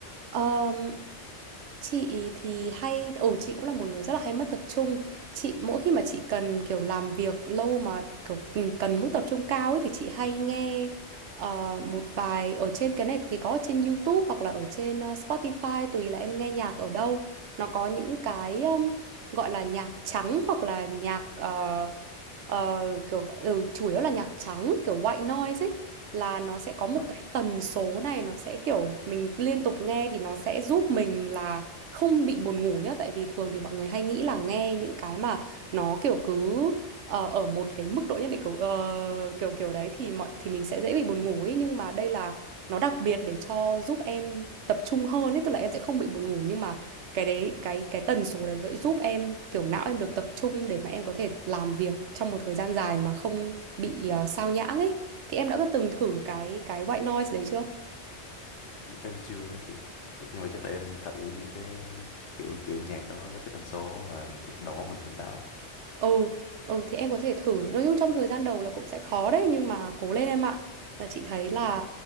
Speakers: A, on the right (about 80°); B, on the left (about 80°).
A: Ờm, chị thì hay ừ chị cũng là một người rất là hay mất tập trung chị mỗi khi mà chị cần kiểu làm việc lâu mà kiểu ừ, cần mức tập trung cao ấy thì chị hay nghe ờ, một vài ở trên cái này thì có ở trên YouTube hoặc là ở trên ờ, Spotify tùy là em nghe nhạc ở đâu nó có những cái um, gọi là nhạc trắng hoặc là nhạc ờ, ờ, kiểu gọi- ừ, chủ yếu là nhạc trắng kiểu white noise ấy là nó sẽ có một
B: rồi
A: cái tần số này nó sẽ kiểu mình liên tục nghe thì nó sẽ giúp mình là không bị buồn ngủ nhá tại vì thường thì mọi người hay nghĩ là nghe những cái mà nó kiểu cứ ờ, ở một cái mức độ nhất định kiểu ờ, kiểu kiểu đấy thì mọi thì mình sẽ dễ bị buồn ngủ ấy nhưng mà đây là nó đặc biệt để cho giúp em tập trung hơn ấy tức là em sẽ không bị buồn ngủ nhưng mà cái đấy cái cái tần số đấy sẽ giúp em kiểu não em được tập trung để mà em có thể làm việc trong một thời gian dài mà không bị ờ, sao nhãng ấy thì em đã bắt từng thử cái cái white noise đấy chưa
B: em chưa á chị nhưng mà chắc để em thử những cái kiểu kiểu nhạc đó với cái tần số mà giúp đầu óc mình tỉnh táo
A: ừ ừ thì em có thể thử nói chung trong thời gian đầu là cũng sẽ khó đấy nhưng mà cố lên em ạ và chị thấy là
B: rồi